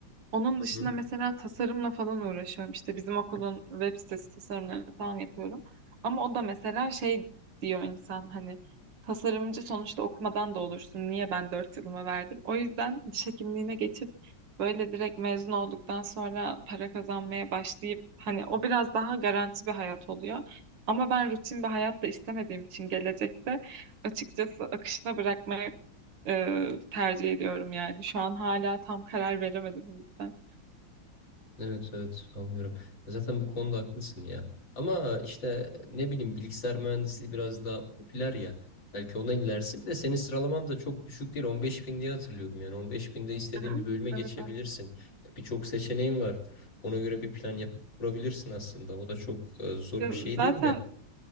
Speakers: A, on the right; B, on the left.
A: Onun dışında
B: Hı
A: mesela tasarımla falan uğraşıyorum. İşte bizim okulun web sitesi tasarımlarını falan yapıyorum. Ama o da mesela şey diyor insan hani tasarımcı sonuçta okumadan da olursun. Niye ben dört yılımı verdim? O yüzden diş hekimliğine geçip böyle direkt mezun olduktan sonra para kazanmaya başlayıp hani o biraz daha garanti bir hayat oluyor. Ama ben rutin bir hayat da istemediğim için gelecekte açıkçası akışına bırakmaya e, tercih ediyorum yani. Şu an hala tam karar veremedim o yüzden.
B: Evet evet anlıyorum. Zaten bu konuda haklısın ya. Ama işte ne bileyim bilgisayar mühendisliği biraz daha popüler ya. Belki ona ilerisi. Bir de senin sıralaman da çok düşük değil. 15 bin diye hatırlıyorum yani. 15 binde istediğin
A: Hı hı.
B: bir bölüme geçebilirsin.
A: Evet anladım.
B: Birçok seçeneğin var. Ona göre bir plan yapıp kurabilirsin aslında. O da çok e, zor
A: Ya
B: bir şey
A: Zaten
B: değil de.